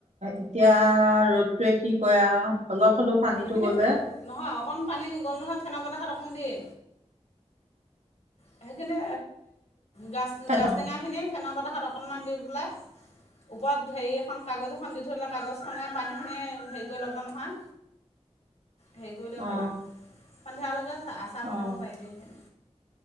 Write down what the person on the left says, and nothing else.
সেইখিনি
নহয় অকণ পানী গ'ল নহয় ফেন বতখাত অকণ দিয়ে। সেইখিনি। গাছ
গাছ টেঙা খিনিয়ে ফেন। বতাহত অকমান দি পেলাই ওপৰত হেৰী এখন। কাগজ এখন দি থৰিলে কাগজখনে। পানীখিনি হেৰি কৰি ল'ব নহয়। হেৰি কৰিলে
হ'ল আ সন্ধিয়ালৈকে আচাৰ
বনাব পাৰিবি এইখিনি।